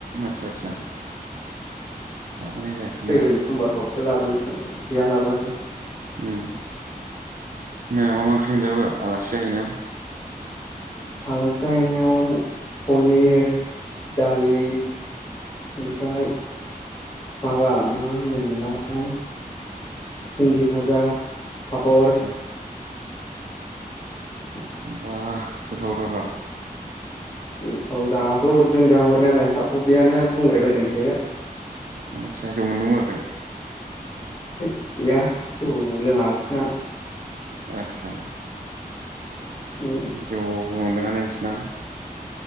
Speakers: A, on the right (about 65°); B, on the left (about 30°).
A: आतसा आतसा। लाबोनाय जायासैना।
B: फैगोन समबारफ्रावसो लाबोनोसै गैया लाबोआसै।
A: उम मैया मा मा ओंख्रि मोनजाबोआ आलासि जाहैनायाव?
B: आलासि जाहैनायाव पनिर दालि ओमफ्राय माबा मा होनोमोनलाय भिन्दि भाजा फापर।
A: आदसा
B: <inaudible>
A: बा गोथाव गोथावथार।
B: गोथाव जाहोहरदों जाहोहरनायालाय हाब उदैयानो बुंब्रे लायदोंसो।
A: आतसा जौ मोनलोबोआखै?
B: होत गैया जौ लोङा बिसिना।
A: आतसा।
B: उम।
A: जौ मोनलोंआ ने बिसिना।